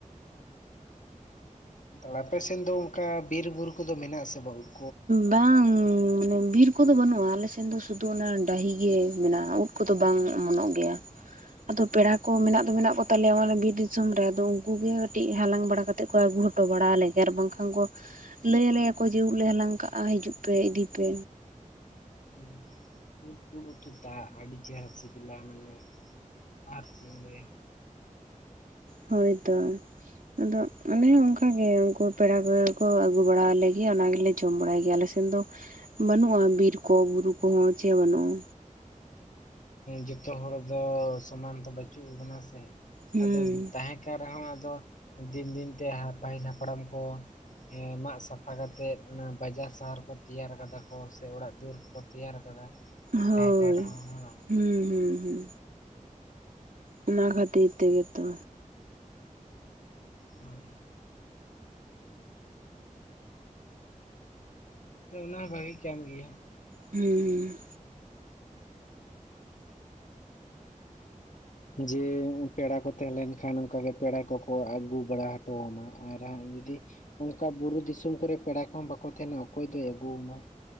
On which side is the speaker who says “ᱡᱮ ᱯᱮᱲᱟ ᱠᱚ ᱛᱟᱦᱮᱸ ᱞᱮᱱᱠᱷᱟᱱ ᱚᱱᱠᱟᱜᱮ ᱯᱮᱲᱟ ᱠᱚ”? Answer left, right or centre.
Left